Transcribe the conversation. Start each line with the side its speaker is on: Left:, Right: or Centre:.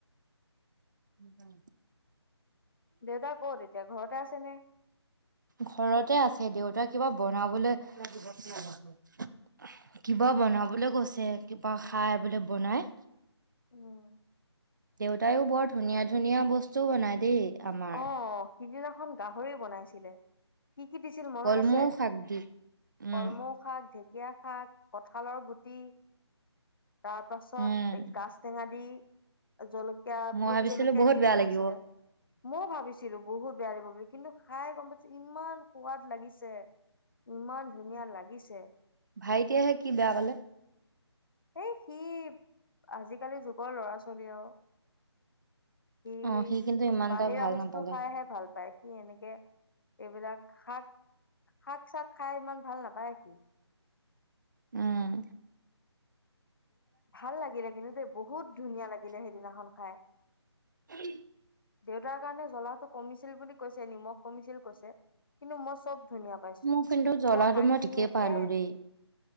Right: ভ <inaudible>
Left: দেউতা কত এতিয়া ঘৰতে আছ ছেনে
Right: ঘৰতে আছে দেউতাক কিবা বনাবলৈ <unintelligible> কিবা বনাবলৈ কৈছে কিবা খাই বোলে বনাই
Left: উম
Right: দেউতায়ও বৰ ধুনীয়া ধুনীয়া বস্তু বনাই দেই আমাৰ।
Left: অ সিদিনা খন গাহৰি বনাইছিলে কি কি দিছিল মনত
Right: কলমৌ
Left: আছে
Right: শাক দি। উম,
Left: কলমৌশাক ঢেঁক ঢেকীয়া শাক ক কঁঠালৰ গুটি তাৰ পাছত
Right: উম,
Left: এ গাছটেঙা দি <unintelligible> জলকীয়া
Right: মই
Left: ভোট
Right: ভাবিছিলো
Left: জলকীয়া
Right: বহুত
Left: দি
Right: বেয়া
Left: বনাইছিলে।
Right: লাগিব।
Left: মই ভাবিছিলো বহুত বেয়া। বুলি কিন্তু খাই গম পাইছো ইমান সোৱাদ লাগিছে ইমান ধুনীয়া লাগিছে।
Right: ভাইটিয়াহে কি বেয়া পালে।
Left: এই সি আজিকালি যুগৰ ল'ৰা ছোৱালী আৰু সি
Right: অ, কিন্তু ইমান
Left: বাহিৰা
Right: এটা ভাল
Left: বস্তু
Right: নাপালে।
Left: খাইহে ভাল পায় সি এনেকে এইবিলাক শাক শাক চাক খাই ইমান। ভাল নাপায় সি
Right: উম।
Left: ভাল লাগিলে কিন্তু দেই বহুত ধুনীয়া লাগিলে সেইদিনাখন খাই
Right: উম।
Left: দেউতাৰ কাৰণে জ্বলাটো কমিছিল বুলি কৈছে নিমখ কমিছিল কৈছে কিন্তু মই চব ধুনীয়া পাইছো
Right: মোৰ কিন্তু জ্বলাটো
Left: শাক
Right: মই
Left: খিনি
Right: ঠিকেই
Left: একে
Right: পালো দেই